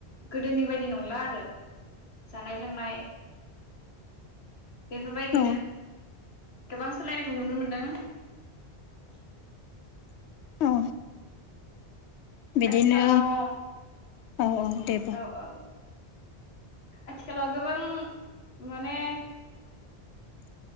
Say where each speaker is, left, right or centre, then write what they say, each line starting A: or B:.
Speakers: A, on the left (about 70°); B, on the left (about 85°).
A: गोदोनि बायदि नंला आरो। जानाय लोंनाय बेफोरबायदिनो
B: औ
A: गोबां सोलायनायखौ नुनो मोनदों <inaudible>
B: औ बिदिनो
A: आथिखालाव‌
B: औ औ दे बुं
A: औ औ आथिखालाव गोबां माने